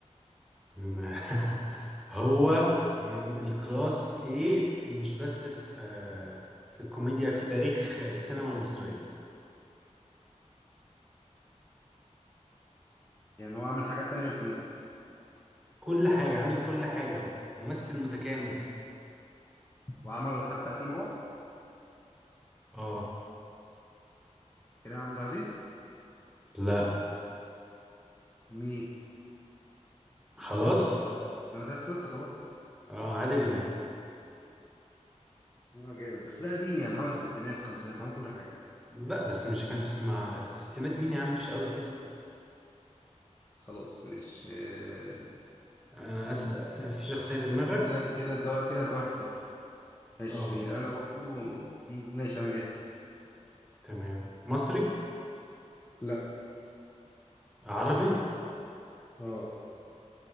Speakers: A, in the centre; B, on the left.
A: <laughs> هو من الكلاس ايه مش بس في في الكوميديا في تاريخ السينما المصرية
B: يعني هو عمل حاجات تانية غير الكوميدي
A: كل حاجة عامل كل حاجة ممثل متكامل
B: وعمل حتى افلام رعب
A: اه
B: كريم عبد العزيز
A: لا
B: مين
A: خلاص
B: انا كده خسرت خلاص
A: اه عادل إمام
B: اه جامد بس ده قديم يعني عمل الستينات الخمسينات عمل كل حاجة
A: لا بس مش كانت مع الستينات مين يا عم مش قوي كده
B: خلاص ماشي آه
A: انا اسأل في شخصية في دماغك
B: كده كده انت وا- كده انت واحد صفر ماشي
A: اه
B: انا برضو مم، ماشي انا جاهز
A: تمام مصري
B: لا
A: عربي
B: اه